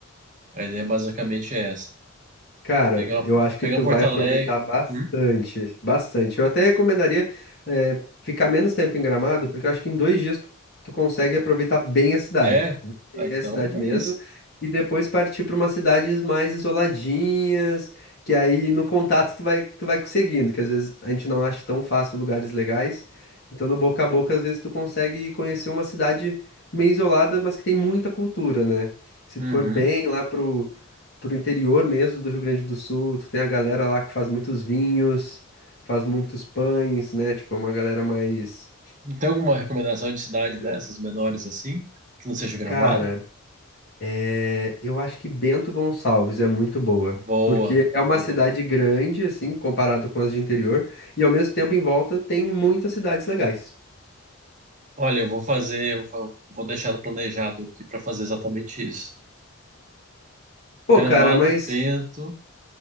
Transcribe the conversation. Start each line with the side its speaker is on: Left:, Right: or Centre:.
Right: A ideia basicamente é essa.
Left: Cara,
Right: Pegar,
Left: eu acho que
Right: pegar
Left: tu
Right: um Porto
Left: vai aproveitar
Right: Alegre.
Left: bastante,
Right: Hum?
Left: bastante. Eu até recomendaria eh, ficar menos tempo em Gramado, porque eu acho que em dois dias tu, tu consegue aproveitar bem a cidade,
Right: É?
Left: né? bem
Right: Ah, então
Left: a cidade
Right: é
Left: mesmo,
Right: isso.
Left: e depois partir para umas cidades mais isoladinhas, que aí no contato tu vai, tu vai conseguindo, que às vezes a gente não acha tão fácil lugares legais. Então no boca a boca, às vezes tu consegue conhecer uma cidade meio isolada, mas que tem muita cultura, né? Se
Right: Uhum.
Left: tu for bem lá pro pro interior mesmo do Rio Grande do Sul. Tu tem a galera lá que faz muitos vinhos, faz muitos pães, né? Tipo, é uma galera mais.
Right: Tem alguma recomendação de cidade
Left: Era-
Right: dessas menores assim? Que não seja Gramado?
Left: Cara, é, eu acho que Bento Gonçalves é muito boa.
Right: Boa,
Left: Porque é uma
Right: boa.
Left: cidade grande, assim, comparado com as de interior, e ao mesmo tempo em volta tem muitas cidades legais.
Right: Olha, eu vou fazer, eu vou vou deixar planejado aqui para fazer exatamente isso.
Left: Pô,
Right: Gramado,
Left: cara, mas
Right: Bento,